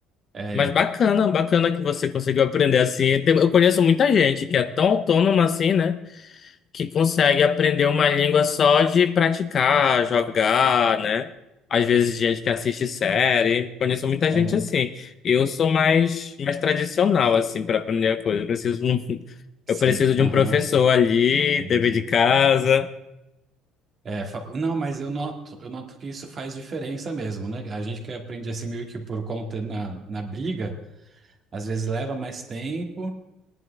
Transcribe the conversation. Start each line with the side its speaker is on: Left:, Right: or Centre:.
Right: É,
Left: Mas bacana, bacana que você conseguiu aprender assim. Tem- Eu conheço muita gente que é tão autônoma assim, né? que consegue aprender uma língua só de praticar, jogar, né? Às vezes gente que assiste série. Conheço muita
Right: é,
Left: gente assim. Eu sou mais mais tradicional assim para aprender a coisa. Eu preciso de um, <laughs>
Right: sim,
Left: eu preciso de
Right: aham,
Left: um professor ali,
Right: entendi.
Left: dever de casa.
Right: É, fa- não, mas eu noto, eu noto que isso faz diferença mesmo, né? A gente que aprende assim meio que por conta na, na briga, às vezes leva mais tempo.